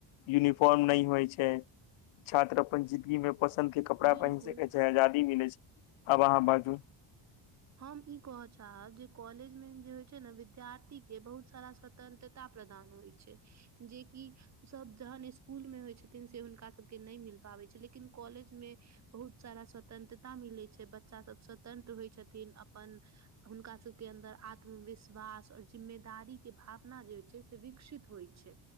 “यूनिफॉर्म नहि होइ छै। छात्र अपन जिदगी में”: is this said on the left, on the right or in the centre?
Left